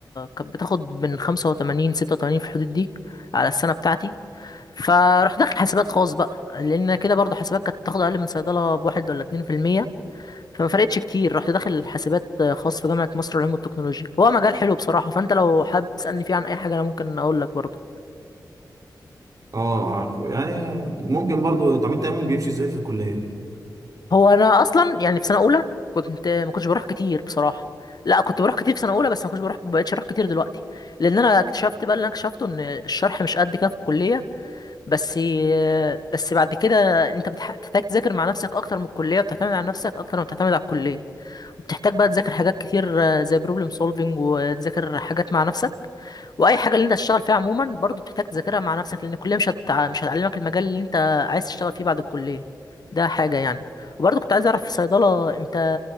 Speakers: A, on the left (about 55°); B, on the right (about 45°).
A: كانت بتاخد من 85 86 في الحدود دي على السنة بتاعتي فروح داخل حاسبات خاص بقى لأن كده برضه حاسبات كانت بتاخد أقل من صيدلة بواحد ولا 2% فما فرقتش كتير رحت داخل حاسبات خاص في جامعة مصر للعلوم والتكنولوجيا هو مجال حلو بصراحة فأنت لو حابب تسألني فيه عن أي حاجة أنا ممكن أقول لك برضه
B: أه عارف يعني ممكن برضو طب أنت يومك بيمشي إزاي في الكلية؟
A: هو انا اصلا يعني في سنه اولى كنت ما كنتش بروح كتير بصراحه لا كنت بروح كتير في سنه اولى بس ما كنتش بروح ما بقتش اروح كتير دلوقتي لان انا اكتشفت بقى اللي انا اكتشفته ان الشرح مش قد كده في الكليه بس بس بعد كده انت بتح- بتحتاج تذاكر مع نفسك اكتر من الكليه وبتعتمد على نفسك اكتر ما بتعتمد على الكليه وبتحتاج بقى تذاكر حاجات كتير آه، زي بروبلم سولفنج وتذاكر حاجات مع نفسك واي حاجه اللي انت تشتغل فيها عموما برضو بتحتاج تذاكرها مع نفسك لان الكليه مش هتع... مش هتعلمك المجال اللي انت عايز تشتغل فيه بعد الكليه ده حاجه يعني وبرضو كنت عايز اعرف في صيدله انت